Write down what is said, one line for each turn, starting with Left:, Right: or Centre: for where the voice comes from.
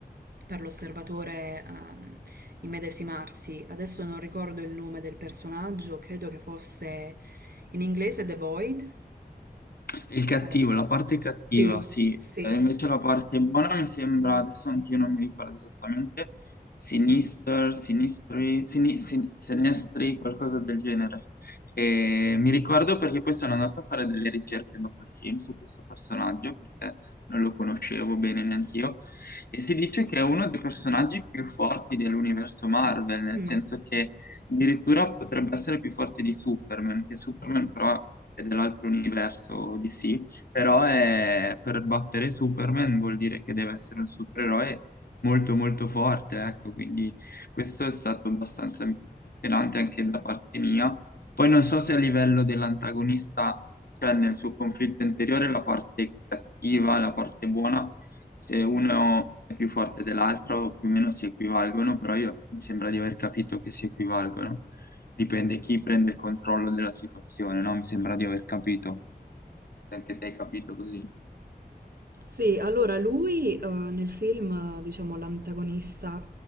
Right: per l'osservatore ehm, immedesimarsi. Adesso non ricordo il nome del personaggio, credo che fosse in inglese The Void?
Left: Il cattivo,
Right: Eh,
Left: la parte cattiva,
Right: sì,
Left: sì.
Right: sì.
Left: E invece la parte buona mi sembra, adesso anch'io non mi ricordo esattamente, Sinister, Sinistri, Sini- Sin- Sinestri, qualcosa del genere. E mi ricordo perché poi sono andato a fare delle ricerche dopo il film su questo personaggio, perché non lo conoscevo bene neanche io, e si dice che è uno dei personaggi più forti dell'universo Marvel, nel
Right: Mm.
Left: senso che addirittura potrebbe essere più forte di Superman, che Superman però e dell'altro universo DC, però è- per battere Superman vuol dire che deve essere un supereroe molto molto forte, ecco, quindi questo è stato abbastanza impressionante anche da parte mia. Poi non so se a livello dell'antagonista, cioè nel suo conflitto interiore, la parte cattiva, la parte buona, se uno è più forte dell'altro, più o meno si equivalgono, però io mi sembra di aver capito che si equivalgono. Dipende chi prende il controllo della situazione, no? Mi sembra di aver capito. Anche te hai capito così.
Right: Sì, allora lui eh, nel film, eh, diciamo, l'antagonista,